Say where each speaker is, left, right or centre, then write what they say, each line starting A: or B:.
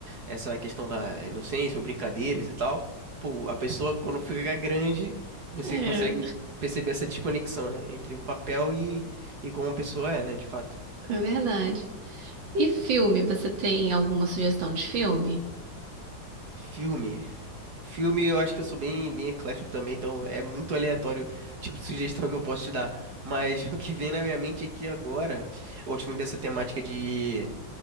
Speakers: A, on the right; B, on the right.
A: essa questão da inocência ou brincadeiras e tal, pô, a pessoa quando fica grande, você
B: É,
A: consegue perceber essa desconexão, né, entre o papel e, e como a pessoa é, né, de fato.
B: é verdade. E filme, você tem alguma sugestão de filme?
A: Filme. Filme, eu acho que eu sou bem, bem eclético também, então é muito aleatório o tipo de sugestão que eu posso te dar. Mas <laughs> o que vem na minha mente aqui agora, eu gosto muito dessa temática de